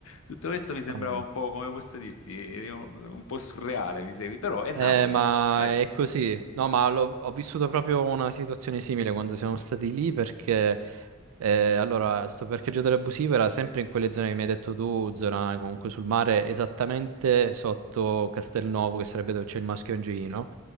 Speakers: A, on the left; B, on the right.
A: Tutto questo mi sembrava
B: mm.
A: un po', come posso dirti, un un po' surreale, mi segui, però è Napoli,
B: Eh, ma
A: dai.
B: è così. No, ma l'ho- ho vissuto proprio una situazione simile quando siamo stati lì perché, eh, allora, sto parcheggio dell'abusivo era sempre in quelle zone che mi hai detto tu, zona comunque sul mare, esattamente sotto Castelnuovo, che sarebbe dove c'è il Maschio Angioino.